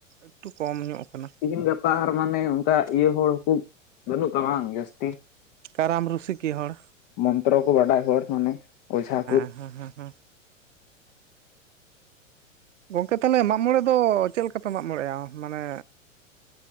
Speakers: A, on the right; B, on the left.
A: ᱮᱠᱴᱩ ᱠᱚᱢ ᱧᱚᱜ ᱟᱠᱟᱱᱟ᱾
B: ᱛᱮᱦᱮᱧ ᱜᱟᱯᱟ ᱟᱨ ᱢᱟᱱᱮ ᱚᱱᱠᱟ ᱤᱭᱟᱹ ᱦᱚᱲ ᱠᱚ ᱵᱟᱹᱱᱩᱜ ᱠᱚᱣᱟ ᱵᱟᱝ ᱡᱟᱹᱥᱛᱤ
A: ᱠᱟᱨᱟᱢ ᱨᱩᱥᱤᱠᱤᱭᱟᱹ ᱦᱚᱲ
B: ᱢᱚᱱᱛᱨᱚ ᱠᱚ ᱵᱟᱰᱟᱭ ᱦᱚᱲ ᱢᱟᱱᱮ ᱚᱡᱷᱟ ᱠᱚ
A: ᱦᱮᱸ ᱦᱮᱸ ᱦᱮᱸ ᱜᱚᱝᱠᱮ ᱛᱟᱦᱚᱞᱮ ᱢᱟᱜᱽ ᱢᱚᱬᱮ ᱫᱚ ᱪᱮᱫ ᱞᱮᱠᱟ ᱯᱮ ᱢᱟᱜᱽ ᱢᱚᱬᱮᱭᱟ ᱢᱟᱱᱮ